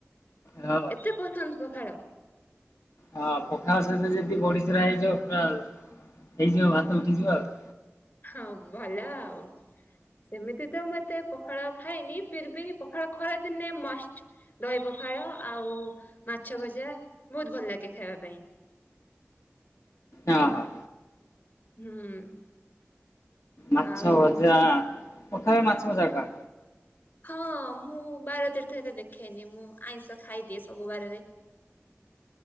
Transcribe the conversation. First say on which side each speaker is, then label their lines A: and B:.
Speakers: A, on the left (about 80°); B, on the left (about 45°).
A: ହଁ।
B: ଏତେ ପସନ୍ଦ ପଖାଳ।
A: ହଁ ପଖାଳ ସହିତ ଯଦି ବଢିଚୁରା ହେଇଯିବ ପ୍ରାଲ୍ ହେଇଯିବ ଭାତ ଉଠିଯିବ ଆଉ।
B: ହଁ ଭଲ ଆଉ। ସେମିତି ତ ମୁଁ ଏତେ ପଖାଳ ଖାୟେନି ଫିର ବି ପଖାଳ ଖରାଦିନେ ମଷ୍ଟ୍। ଦହି ପଖାଳ ଆଉ ମାଛ ଭଜା ବହୁତ୍ ଭଲ ଲାଗେ ଖାଇବା ପାଇଁ।
A: ହଁ ହଁ।
B: ହୁଁ।
A: ମାଛ
B: ଆଉ
A: ଭଜା ପଖାଳେ ମାଛ ଭଜା ଖାଅ।
B: ହଁ ମୁଁ ବାର ତୀର୍ଥ ଏତେ ଦେଖେନି। ମୁଁ ଆଇଁଷ ଖାଇଦିଏ ସବୁ ବାରରେ।